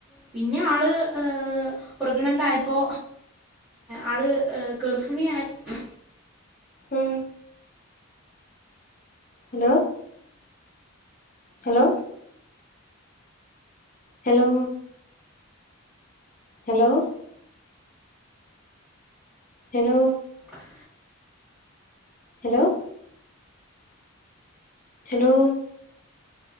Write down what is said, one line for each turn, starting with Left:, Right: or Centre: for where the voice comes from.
Centre: പിന്നെ ഏഹ് പ്രഗ്നണന്റ് ആയപ്പോ ആള് കർഫിണി ആയപ്പ്
Left: ഉം. Hello. Hello. Hello. Hello. Hello.
Centre: ഫ
Left: ഹലോ. ഹലോ.